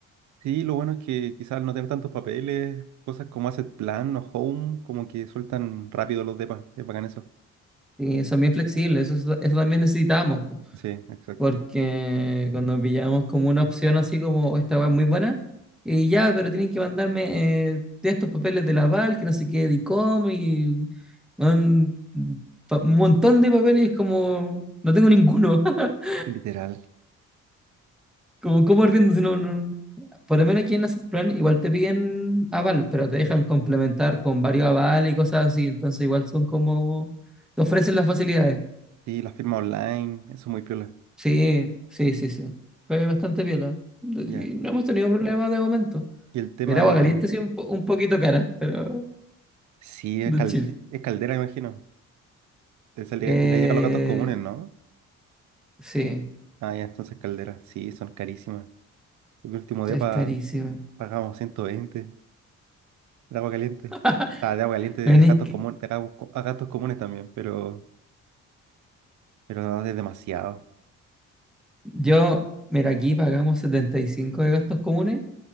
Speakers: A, on the right; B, in the centre.
A: Sí, lo bueno es que quizás al no tener tantos papeles, cosas como Asset Plan o Home, como que sueltan rápido los depas. Es bacán eso.
B: Y son bien flexibles, eso, es- eso también necesitamos, po,
A: Sí, exacto.
B: porque cuando pillamos como una opción así como "Oh, esta weá es muy buena, y ya, pero tienen que mandarme eh, de estos papeles de la Val, que no sé qué, de ICOM, y un, pa- un montón de papeles, como no tengo ninguno. <laughs>
A: Literal.
B: Como, ¿cómo riendo? Si no, no- Por lo menos aquí en Asset Plan igual te piden aval, pero te dejan complementar con varios avales y cosas así. Entonces igual son como... Te ofrecen las facilidades.
A: Sí, la firma online, eso es muy piola.
B: Sí, sí, sí, sí. Fue bastante piola. Y
A: Ya.
B: No hemos tenido problemas de momento.
A: Y el tema.
B: El agua caliente sí un, po- un poquito cara, pero
A: Sí, es,
B: de
A: calde-
B: chill.
A: es caldera, imagino. Te sale-
B: Eh,
A: le llega a los gatos comunes, ¿no?
B: sí,
A: Ah, ya, entonces caldera. Sí, son carísimas. En mi último depa
B: es carísimo.
A: pagamos 120 de agua caliente.
B: <laughs>
A: Ah, de agua caliente de
B: Bueno,
A: gatos
B: es que
A: comunes, de gatos, co- a gatos comunes también, pero, pero no es demasiado.
B: yo, mira, aquí pagamos 75 de gastos comunes